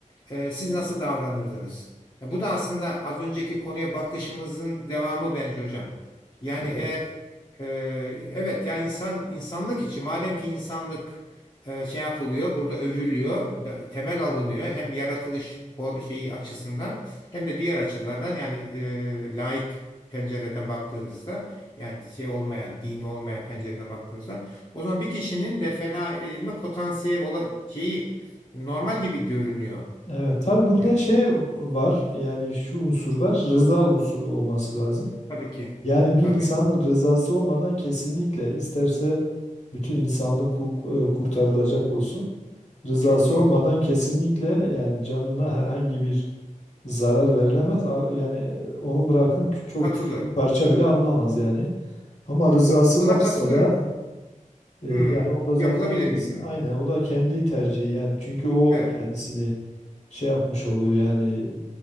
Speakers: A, on the left; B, on the left.
A: e, siz nasıl davranırdınız? Ya bu da aslında az önceki konuya bakışımızın devamı bence hocam. Yani eğer
B: Evet.
A: ee, evet ya insan insanlık için madem ki insanlık e, şey yapılıyor burada övülüyor be- temel alınıyor hem yaratılış for şeyi açısından hem de diğer açılardan yani e, laik pencereden baktığınızda yani şey olmayan dini olmayan pencereden baktığınızda o zaman bir kişinin de feda edilme potansiyel ola, şeyi normal gibi görünüyor.
B: Evet tabii burada
A: Yani
B: şey var yani şu unsur var rıza unsuru olması lazım.
A: tabii ki
B: Yani
A: tabii
B: bir insanın rızası olmadan kesinlikle isterse bütün insanlık ku- e, kurtarılacak olsun. Rızası
A: çok doğru
B: olmadan kesinlikle yani canına herhangi bir zarar verilemez. A- Yani e, onu bırakın kü- çok
A: katılıyorum.
B: küçük bir parça bile alınamaz yani. Ama rızası
A: Doğru. Buna
B: varsa
A: katılıyorum.
B: da e, yani
A: Hmm,
B: o da zaten
A: yapılabilir
B: o insan
A: gibi görünüyor.
B: aynen o da kendi tercihi yani çünkü o
A: Evet.
B: kendisini şey yapmış oluyor yani